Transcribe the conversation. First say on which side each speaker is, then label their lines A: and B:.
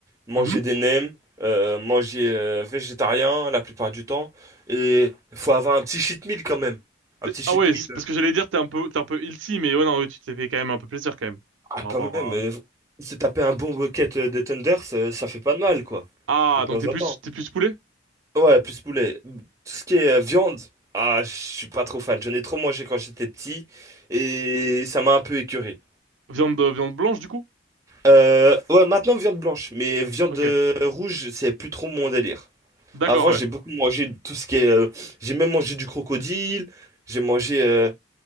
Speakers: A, on the right; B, on the right.
A: manger
B: Mhm.
A: des nems, euh, manger euh, végétarien la plupart du temps, et faut avoir un petit cheat meal quand même, un
B: T'es-
A: petit cheat
B: Ah ouais,
A: meal,
B: c'est
A: euh,
B: parce que j'allais dire t'es un peu t'es un peu ilty, mais ouais non, ouais, tu t'es fait quand même un peu plaisir quand même.
A: ah
B: Par
A: quand
B: rapport
A: même,
B: à...
A: euh, se taper un bon bucket euh, de tenders, euh, ça fait pas de mal quoi,
B: Ah,
A: de temps
B: donc t'es plus
A: en temps.
B: t'es plus poulet?
A: Ouais, plus poulet, tout ce qui est euh, viande, ah, je suis pas trop fan, j'en ai trop mangé quand j'étais petit, et ça m'a un peu écœuré.
B: Viande euh, viande blanche du coup?
A: Euh, ouais, maintenant viande blanche, mais viande
B: Ok.
A: euh, rouge, c'est plus trop mon délire.
B: D'accord,
A: Avant,
B: ouais.
A: j'ai beaucoup mangé de tout ce qui est. euh, j'ai même mangé du crocodile, j'ai mangé euh,